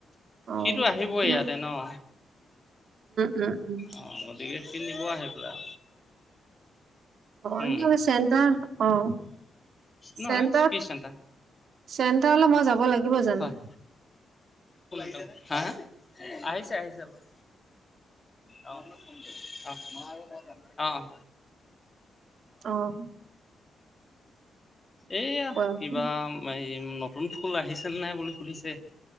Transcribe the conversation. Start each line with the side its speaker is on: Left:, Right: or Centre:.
Right: অ
Left: সিটো আহিবই
Right: উম
Left: ইয়াতে ন'
Right: উম উম
Left: অহ গতিকে সি নিব আহি পেলাই
Right: অহ,
Left: উম
Right: <unintelligible> চেণ্টাৰ অহ',
Left: নহয়
Right: চেণ্টাৰ
Left: কি
Right: -চেণ্টাৰলৈ
Left: চেণ্টাৰ
Right: মই যাব লাগিব জানো?
Left: হয় হা হা আহিছে- আহিছে অলপ অহ', অহ, মই নেজানো। অহ',
Right: অহ',
Left: এইয়া
Right: আছে
Left: কিবা এই নতুন স্কুল আহিছেনে নাই বুলি সুধিছে।